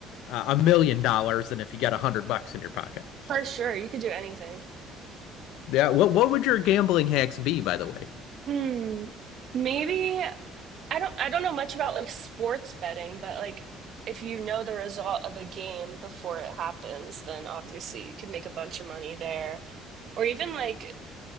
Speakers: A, on the left; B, on the right.
A: a million dollars than if you got a hundred bucks in your pocket.
B: For sure, you could do anything.
A: Yeah, what what would your gambling hacks be, by the way?
B: Hmm. Maybe I don't I don't know much about like sports betting, but like if you know the result of a game before it happens, then obviously you could make a bunch of money there. Or even like